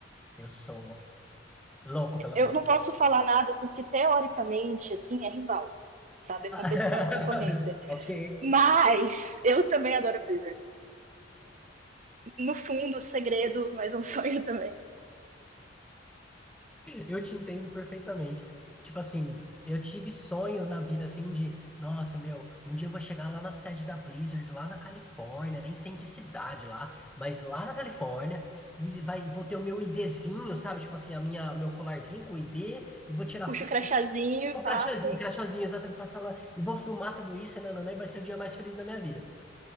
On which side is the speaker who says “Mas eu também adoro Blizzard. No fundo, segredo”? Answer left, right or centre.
Right